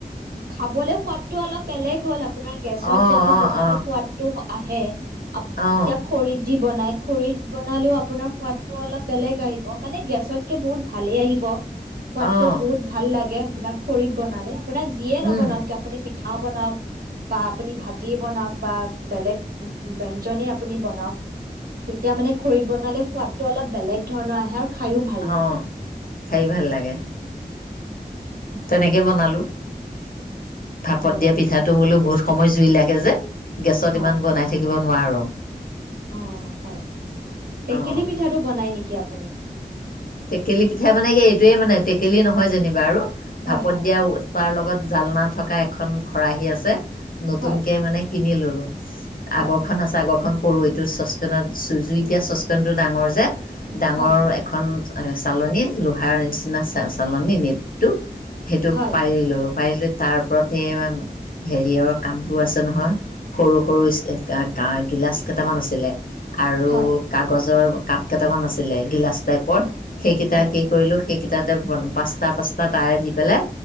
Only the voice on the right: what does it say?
খাবলৈ সোৱাতটো অলপ বেলে শেষ হ'ল আকৌ আপোনাৰ গেছত
যিটো
বনালে
সোৱাদটো হ আহে এতিয়া
খৰিত যি বনাই খৰি বনালেও আপোনাৰ সোৱাদটো অলপ বেলেগ আহিব মানে, গেছতকে বহুত ভালে আহিব। সোৱাদটো
বহুত ভাল লাগে, আপোনাৰ খৰিত বনালে, আপোনাৰ যিয়ে
নবনাওঁক কিয় আপুনি পিঠা বনাওঁক, বা আপুনি ভাতি বনাওঁক বা বেলেগ ব্যঞ্জনে আপুনি বনাওঁক তেতিয়া মানে বনালে সোৱাদটো অলপ বেলেগ ধৰণৰ আহে আৰু খায়ো ভাল লাগে
অ
হয়
অ', হয়, টেকেলি
পিঠাটো বনায় নেকি আপুনি?
হয়
হয়
হয়
হয়
হয় হয়
হয়
হয়
হয়
হয়